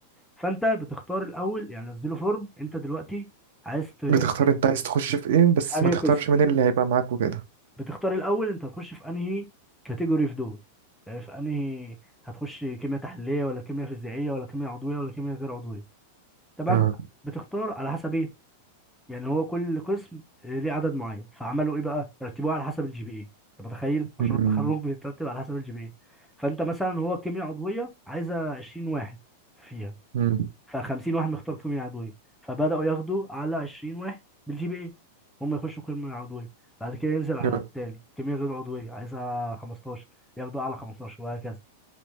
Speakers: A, in the centre; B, on the right.
A: فانت بتختار الاول يعني نزله فورم انت دلوقتي عايز ت-
B: بتختار أنت عايز تخش في إيه بس
A: في انهي
B: ما تختارش
A: قسم
B: مين اللي هيبقى معاك وكده
A: بتختار الاول انت هتخش في انهي كاتيجوري في دول يعني في انهي هتخش كيمياء تحليليه ولا كيمياء فيزيائيه ولا كيمياء عضويه ولا كيمياء غير عضويه تمام
B: اه
A: بتختار على حسب ايه يعني هو كل قسم ليه عدد معين فعملوا ايه بقى رتبوه على حسب الجي بي اي انت متخيل مشروع
B: مم.
A: التخرج بيترتب على حسب الجي بي اي فانت مثلا هو كيمياء عضويه عايزه 20 واحد فيها
B: مم.
A: ف50 واحد مختار قيم العضويه فبداوا ياخدوا على 20 واحد بالجي بي اي هم يخشوا قيم العضويه بعد كده ينزل على
B: اه
A: التالي كميه غير عضويه عايزها 15 ياخدوا اعلى 15 وهكذا